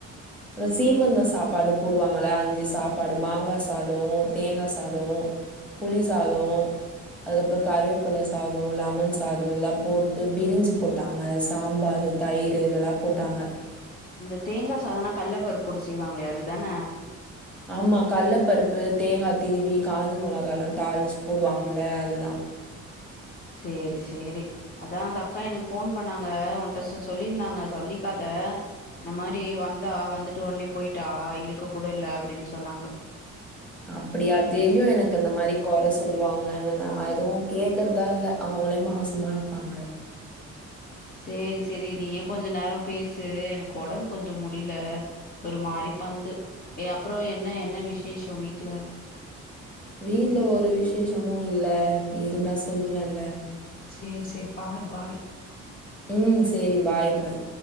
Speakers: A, in the centre; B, on the left (about 30°).
A: அந்த சீமந்த சாப்பாடு போடுவாங்கள அஞ்சு சாப்பாடு மாங்கா சாதோ தேங்கா சாதோ புளி சாதோ அதுக்கப்புற கருவேப்புல சாதோ லெமன் சாதோ இதெல்லா போட்டு பிரிஞ்சு போட்டாங்க சாம்பாரு தயிரு இதெல்லா போட்டாங்க
B: இந்த தேங்கா சாதனா கல்லப்பருப்பு போட்டு செய்வாங்ளே அதுதான
A: ஆமா கல்லபருப்பு தேங்கா திருவி காஞ்ச மொளகாலா தாளிச்சு போடுவாங்கல அதுதா
B: சேரி சேரி அதா அந்த அக்கா எனக்கு ஃபோன் பண்ணாங்க உன்ட சொ சொ சொல்லிந்தாங்க சொல்லிக்காத இந்தமாரி வந்தா வந்துட்டு ஒன்னே போயிட்டா இருக்க கூட இல்ல அப்டின் சொன்னாங்க
A: அப்டியா தெரியு எனக்கு இந்த மாரி கொற சொல்லுவாங்கனு நா எதுவு கேக்குறதா இல்ல அவுங்களே மாசமா இருக்காங்க
B: சேரி சேரி நீயே கொஞ்ச நேரோ பேசு எனக்கு ஒடம்பு கொஞ்சோ முடில ஒரு மாரி பந்து ஏ அப்றோ என்ன என்ன விசேஷோ வீட்ல
A: வீட்ல ஒரு விசேஷமு இல்ல இருந்தா சொல்லுவேன்ல
B: சேர் சேரி பார் பாய்
A: ம் சேரி பாய் பாய்